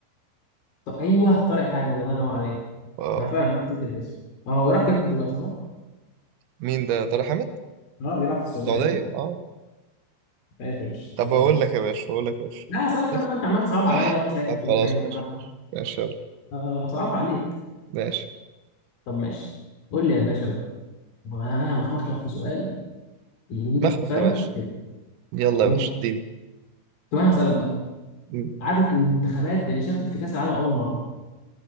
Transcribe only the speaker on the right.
اه
مين ده طارق حامد
السعودية
اه
طب
أقول
لك يا باشا أقول لك يا باشا
بس
آه.
طب خلاص
ماشي
ماشي ماشي
يلا ماشي
مخمخ
يا باشا
يلا
يا باشا اديني
مم.